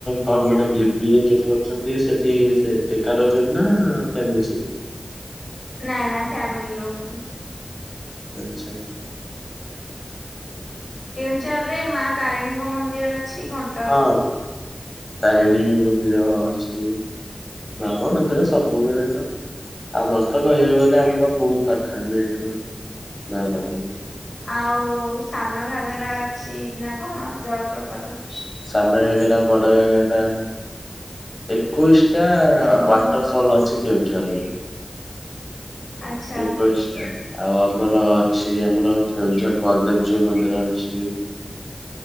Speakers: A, on the left; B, on the left.
A: କଣ ମାନେ ବି ବିଏ ଜଟ କରୁଚନ୍ତି ସେଠି ସେ ଏକା ରହୁଚନ୍ତି ନା ଫ୍ୟାମିଲି ସହିତ।
B: ନାଁ ନାଁ ଫ୍ୟାମ୍ଲି ରହୁଛୁ।
A: ଆଛା।
B: କେଉଁଝର୍ ରେ ମାଁ ତାରିଣୀଙ୍କ ମନ୍ଦିର ଅଛି ଘନ୍
A: ହାଁ ତାରିଣୀ ମନ୍ଦିର ଅଛି। ମାଁ ଙ୍କ ମନ୍ଦିର ସବୁବେଳେ ତ ଆମର ତ କହିବାକୁ ଗଲେ ଆମର ବହୁତ ପାଖ ଆମ ଏଠୁ ମାଁ ମନ୍ଦିର।
B: ଆଉ ସାନଘାଗେରା ଅଛି ନା କଣ ଜଳପ୍ରପାତ?
A: ସାନଘାଗେରା ବଡଘାଗେରା ଏକୋଇଶ ଟା
B: ଓହୋ
A: ୱାଟରଫଲ୍ ଅଛି କେନ୍ଦୁଝରରେ।
B: ଆଚ୍ଛା।
A: ଏକୋଇଶିଟା ଆଉ ଆମର ଅଛି ଆମର କେଉଁଝର ବଲଦେବଜିଉ ମ ଦିର ଅଛି।